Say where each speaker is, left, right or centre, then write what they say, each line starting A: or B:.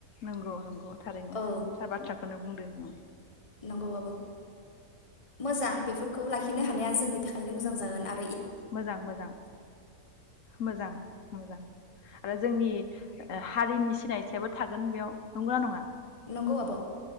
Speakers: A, on the left (about 60°); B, on the left (about 25°).
A: नंगौ नंगौ थारैनो
B: औ
A: थार बाथ्राखौनो बुंदो नोङो।
B: नंगौ आब' मोजां बेफोरखौ लाखिनो हानाया जोंनि थाखायनो मोजां जागोन आ
A: मोजां मोजां मोजां मोजां। आरो जोंनि हारिनि सिनायथियाबो थागोन बेयाव नंगौना नङा?
B: नंगौ आब'।